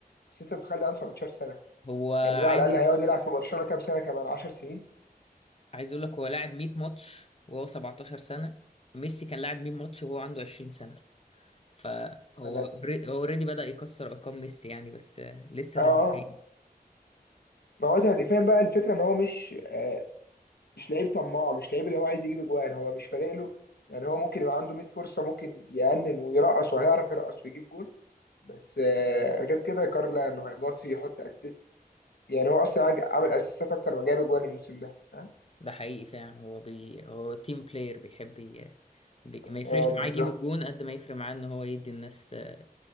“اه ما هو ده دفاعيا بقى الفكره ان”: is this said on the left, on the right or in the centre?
Left